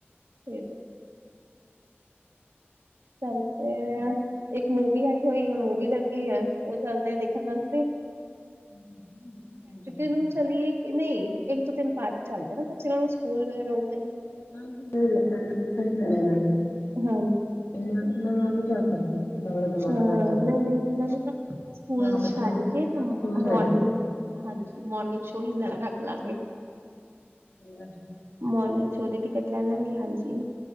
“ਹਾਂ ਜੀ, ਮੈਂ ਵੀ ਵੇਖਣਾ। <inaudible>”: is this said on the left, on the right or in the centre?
Left